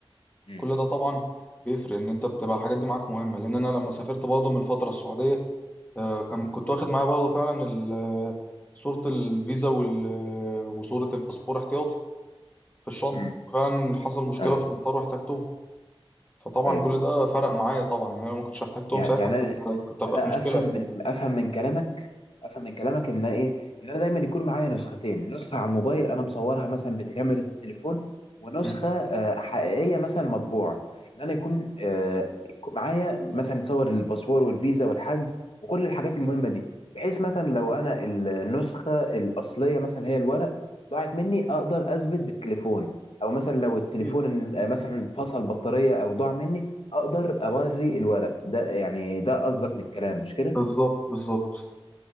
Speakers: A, on the left (about 70°); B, on the left (about 15°).
A: مم.
B: كل ده طبعا بيفرق ان انت بتبقى الحاجات دي معاك مهمة لان انا لما سافرت برضه من فترة السعودية آه، كان- كنت واخد معايا برضه فعلا ال- صورة الفيزا وال- وصورة الباسبور احتياطي في الشنطة
A: مم.
B: فعلا حصل مشكلة
A: ايوه
B: في المطار واحتاجتهم فطبعا
A: ايوه
B: كل ده فرق معايا طبعا يعني انا ما كنتش احتاجتهم
A: يعني
B: ساعتها
A: يعني
B: كنت
A: انا
B: كنت ابقى
A: أنا
B: في مشكله
A: افهم
B: اكيد
A: من افهم من كلامك افهم من كلامك ان ايه ان انا دايما يكون معايا نسختين نسخه على الموبايل انا مصورها مثلا بكاميرا التليفون ونسخه
B: مم.
A: آه، حقيقيه مثلا مطبوعه ان انا يكون آه، يكون معايا مثلا صور الباسبور والفيزا والحجز وكل الحاجات المهمه دي بحيث مثلا لو انا النسخه الاصليه مثلا هي الورق ضاعت مني اقدر اثبت بالتليفون او مثلا لو التليفون
B: اكيد
A: آه، مثلا فصل بطاريه او ضاع مني اقدر اوري الورق ده يعني ده قصدك من الكلام مش كده
B: بالظبط بالظبط